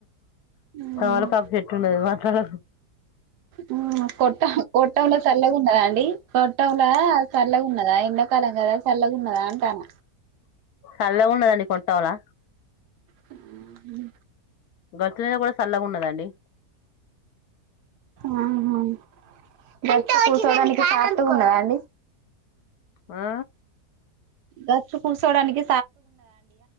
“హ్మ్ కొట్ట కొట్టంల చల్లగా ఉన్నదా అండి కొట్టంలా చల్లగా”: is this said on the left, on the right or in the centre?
Right